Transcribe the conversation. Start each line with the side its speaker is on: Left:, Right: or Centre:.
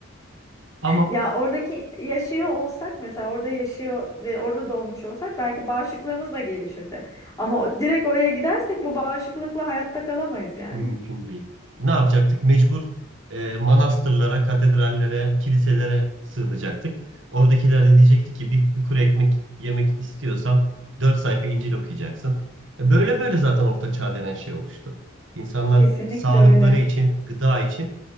Right: Ama
Left: Ya oradaki yaşıyor olsak mesela orada yaşıyor ve orada doğmuş olsak belki bağışıklığımız da gelişirdi. Ama o- direkt oraya gidersek bu bağışıklıkla hayatta kalamayız yani.
Right: Mümkün değil. Ne yapacaktık? Mecbur e, manastırlara, katedrallere, kiliselere sığınacaktık. Oradakiler de diyecekti ki bir, bir kuru ekmek yemek istiyorsan 4 sayfa İncil okuyacaksın. E, Böyle böyle zaten Orta Çağ denen şey oluştu. İnsanlar
Left: Kesinlikle
Right: sağlıkları
Left: öyle.
Right: için, gıda için